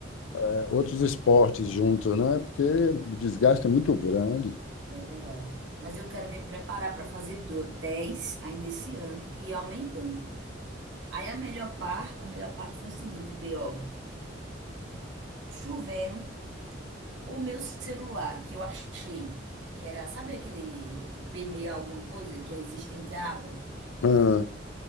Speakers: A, on the left (about 85°); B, on the right (about 75°).
A: é, outros esportes juntos, né? Porque o desgaste é muito grande.
B: é verdade. Mas eu quero me preparar para fazer do- 10 ainda esse ano e ir aumentando. Aí a melhor par, a melhor parte foi o seguinte, o B o chovendo, o meu celular que eu achei, que era, sabe aquele IP6 alguma coisa que é resistente à água?
A: Ah,